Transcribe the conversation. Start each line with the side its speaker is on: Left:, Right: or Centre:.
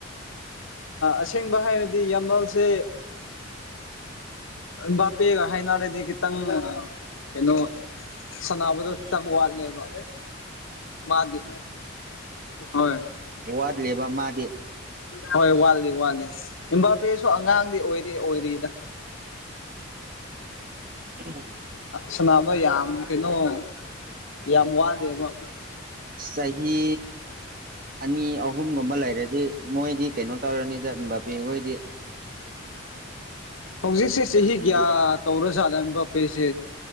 Left: ꯑꯁꯦꯡꯕ ꯍꯥꯏꯔꯗꯤ ꯌꯥꯝꯃꯜꯁꯦ ꯕꯥꯄꯦꯒ ꯍꯅꯅꯥꯗꯤ ꯀ ꯇꯪ ꯀꯩꯅꯣ ꯁꯥꯟꯅꯕꯗꯣ ꯈꯤꯇꯪ ꯋꯥꯠꯂꯦꯕ ꯃꯥꯗꯤ ꯍꯣꯏ
Right: ꯋꯥ ꯋꯥꯗ ꯂꯩꯦꯕ ꯃꯥꯗꯤ
Left: ꯍꯣꯏ ꯋꯥꯠꯂꯤ ꯋꯥꯠꯂꯤ ꯏꯕꯥꯄꯦꯁꯨ ꯑꯉꯥꯡꯗꯤ ꯑꯣꯏꯔꯤ ꯑꯣꯏꯔꯤꯗ
Right: ꯀ ꯍꯥꯏ
Left: ꯁꯅꯥꯃ ꯌꯥꯝ ꯀꯩꯅꯣ ꯌꯥꯝ ꯋꯥꯠꯂꯦꯕ
Right: ꯆꯍꯤ ꯑꯅꯤ ꯑꯍꯨꯝꯒꯨꯝꯕ ꯂꯩꯔꯗꯤ ꯃꯣꯏꯗꯤ ꯀꯩꯅꯣ ꯇꯧꯔꯅꯤꯗ ꯕꯥꯕꯤꯈꯣꯏꯗꯤ
Left: ꯍꯧꯖꯤꯛꯁꯦ ꯆꯍꯤ ꯀꯌꯥ
Right: ꯑꯗꯨꯝ
Left: ꯇꯧꯔꯖꯥꯠꯂꯕ ꯄꯦꯁꯦ